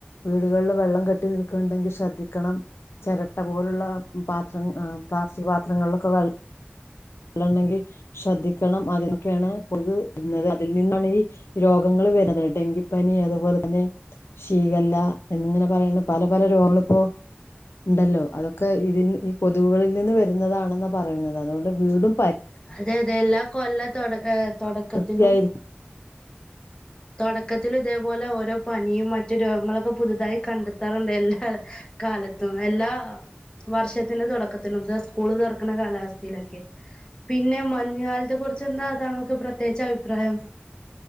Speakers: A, on the left; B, on the left.
A: വീടുകളിൽ വെള്ളം കെട്ടി നിൽക്കുണ്ടെങ്കിൽ ശ്രദ്ധിക്കണം ചെരട്ട പോലുള്ള പാത്രങ്ങൾ പ്ലാസ്റ്റിക് പാത്രങ്ങളിലൊക്കെ വെള്ളം വെള്ളം ഇണ്ടെങ്കിൽ ശ്രദ്ദിക്കണം അതിൽ നിന്നൊക്കെ ആണ് കൊതുക് വരുന്നത് അതിൽ നിന്നാണ് ഈ രോഗങ്ങൾ വരുന്നത് ഡെങ്കിപനി അത്‌ പോലെ തന്നെ ശീകല്ല എന്നിങ്ങനെ പറയുന്ന പല പല രോഗങ്ങൾ ഇപ്പൊ ഇണ്ടല്ലോ അതൊക്കെ ഇതിൽ നിന്ന് കൊതുകുകളിൽ വരുന്നതാണെന്നാ പറയുന്നത് അതോണ്ട് വീടും
B: അതെ അതെ എല്ലാ കൊല്ല ത്തിന്റെ തുടക്കത്തിലും
A: നന്നായിരിക്കും
B: തുടക്കത്തിൽ ഇതേ പോലെ ഓരോ പനിയും മറ്റു രോഗങ്ങളും ഒക്കെ പുതുതായി കണ്ടെത്താറുണ്ട് എല്ലാ കാലത്തും എല്ലാ വർഷത്തിന്റെ തുടക്കത്തിലും ദേ സ്കൂൾ തുറക്ക്ണ കാലാവസ്ഥയിലും ഒക്കെ പിന്നെ മ മഞ്ഞു കാലംത്തു കുറചെന്താ തണുപ്പ് പ്ര ന്റെ അഭിപ്രായം